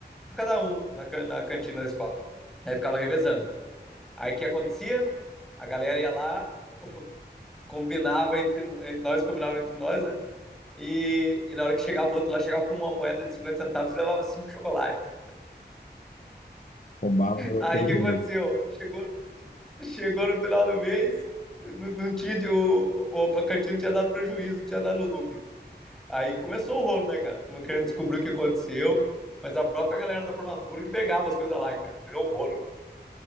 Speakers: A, in the centre; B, on the left.
A: cada um na, can- na cantina da escola. Aí ficava revezando. Aí o que acontecia? A galera ia lá, <laughs> combinava entre eh, nós, combinava entre nós, né? E, e na hora que chegava o outro lá, chegava com uma moeda de 50 centavos e levava cinco chocolates.
B: Roubava de vocês
A: Aí o que
B: mesmo.
A: aconteceu? Chegou, chegou no final do mês, não, não tinha, o, o, a cantina não tinha dado prejuízo, não tinha dado lucro. Aí começou o rolo, né, cara? Tamo querendo descobrir o que aconteceu, mas a própria galera da formatura que pegava as coisas lá, cara. Virou um rolo.